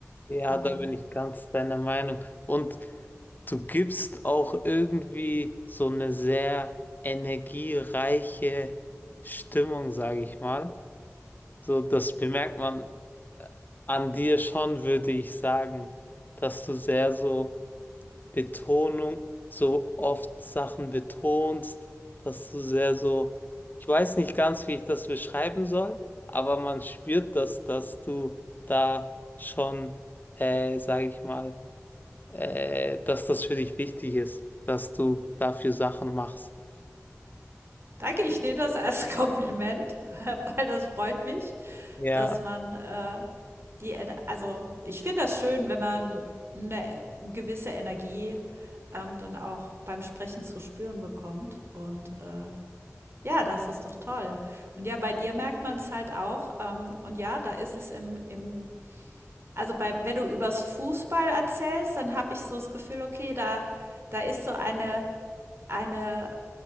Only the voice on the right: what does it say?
Ähm,
danke, ich nehme das <laughs> als Kompliment, weil das freut mich.
dass man äh, die, Ener- also ich finde das schön, wenn man eine gewisse Energie ähm, dann auch beim Sprechen zu spüren bekommt. Und äh, ja, das ist doch toll. Und ja, bei dir merkt man es halt auch. Ähm, und ja, da ist es im, im also bei, wenn du übers Fußball erzählst, dann habe ich so das Gefühl, okay, da, da ist so eine, eine